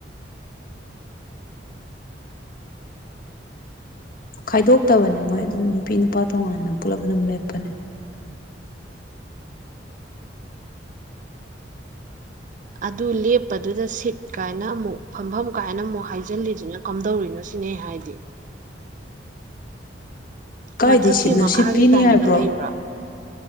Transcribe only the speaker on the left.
ꯈꯥꯏꯗꯣꯛꯇꯕꯅꯦ ꯃꯣꯏ ꯅꯨꯄꯤ ꯅꯨꯄꯥ ꯇꯣꯉꯥꯟꯅ ꯄꯨꯜꯂꯞ ꯑꯗꯨꯝ ꯂꯦꯞꯄꯅꯦ
ꯀꯥꯏꯗꯩ
ꯁꯤꯠꯅꯣ
ꯁꯤꯠ ꯄꯤꯅꯤ
ꯍꯥꯏꯕ꯭ꯔꯣ